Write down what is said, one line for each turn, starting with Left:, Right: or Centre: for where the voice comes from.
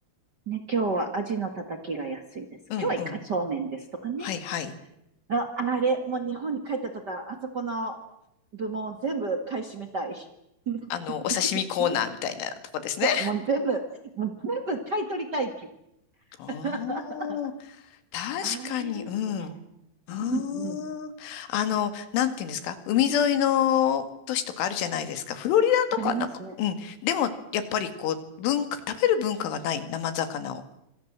Right: ね、今日はアジのたたきが安いです。
Left: うんうん。
Right: 今日はイカそうめんですとかね。
Left: はい、はい。
Right: あ、あれ、もう日本に帰った途端、あそこの部門全部買い占めたい。<laughs>
Left: あの、お刺身コーナーみたいなとこですね。
Right: そう、もう全部、もう全部買い取りたい気。
Left: あー
Right: <laughs>
Left: 確かに、
Right: あれですね。
Left: うん。あ
Right: うんうん。
Left: ーあの、なんていうんですか、海沿いの都市とかあるじゃないですか。フロリダとか、
Right: ありますね。
Left: なんか、うん。でも、やっぱりこう、文化、食べる文化がない生魚を、